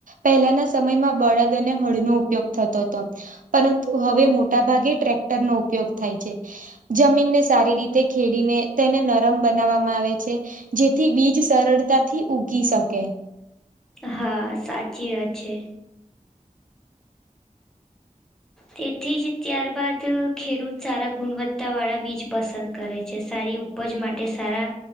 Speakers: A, on the right; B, in the centre.
A: પહેલાના સમયમાં બળાદ અને હળનો ઉપયોગ થતો હતો. પરંતુ હવે મોટા ભાગે ટ્રેક્ટર નો ઉપયોગ થાય છે. જમીનને સારી રીતે ખેડીને તેને નરમ બનાવવામાં આવે છે. જેથી બીજ સરળતાથી ઉઊગી શકે.
B: હા સાચી વાયા છે. તેથી જ ત્યારબાદ ખેડૂત સારા ગુણવત્તા વાળા બીજ પસંદ કરે છે સારી ઉપજ માટે સારા